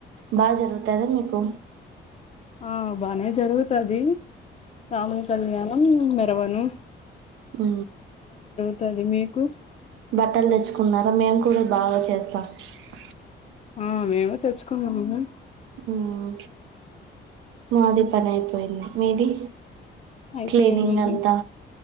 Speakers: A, on the right; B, on the left.
A: బా జరుగ్ తదా మీకు
B: ఆ బానే జరుగుతాది రాముని కళ్యాణ మ్ శ్రావణు
A: ఆ
B: స్తధి మీకు
A: బట్టలు తెచ్చుకున్నారా మేము కూడా బాగా చేస్త స్తా
B: ఆ మేమే తెచ్చుకునాము
A: హ్మ మాది పనిఅయిపోయింది మీది
B: అయిపోయింది
A: క్లీనింగ్ అంతా